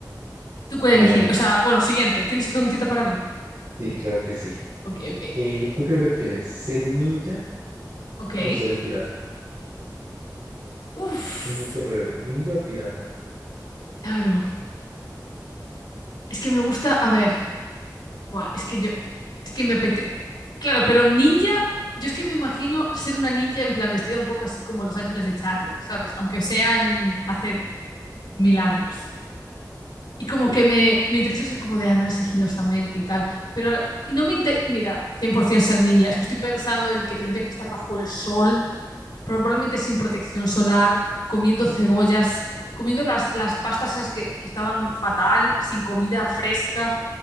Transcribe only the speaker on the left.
¿Tú cuál
elegirías?
O sea, bueno, siguiente, ¿tienes preguntita para mí?
Ok, ok.
Ok.
Uf,
claro. Es que me gusta, a ver. Buah, es que yo, es que me apetece. Claro, pero ninja, yo es que me imagino ser una ninja en plan vestida un poco así como Los Ángeles de Charlie, ¿sabes? Aunque sea en- hace mil años. Y
como que me, me interesa eso como de andar sigilosamente y tal. Pero y no me interesa, mira, 100% ser ninja. Es que estoy pensando en que tendría que estar bajo el sol, probablemente sin protección solar, comiendo cebollas, comiendo las, las pastas esas que, que estaban fatal, sin comida fresca